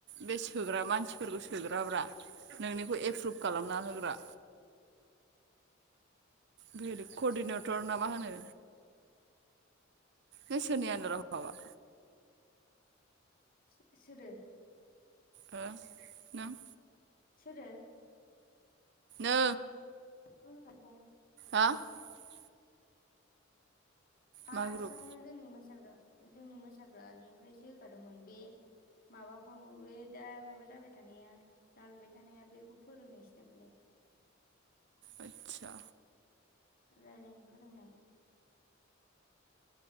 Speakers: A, on the right (about 60°); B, on the left (about 45°).
A: बे सोग्रा मानसिफोरखौ सोग्राब्रा। नोंनिखौ एप्रुभ खालामना होग्रा।
B: <inaudible>
A: बेबायदि
B: आदसा
A: कर्डिनेटर ना मा होनो? नों सोरनि आनदाराव हाबा?
B: सो सोरो?
A: हो नों?
B: सोरो?
A: ओ
B: <unintelligible>
A: <unintelligible>
B: फार्स्टआवनो
A: मा ग्रुप
B: जोंनि मोसाग्रा जोंनि मोसाग्रानिफ्रायसो होखादोंमोन बे माबाखौ बे दा माबा जाबाय थानाया जालुबाय थानाया बेखौ फोरोंनाय सिटेपालाय
A: आतसा
B: रायलायनो फोरोंनाय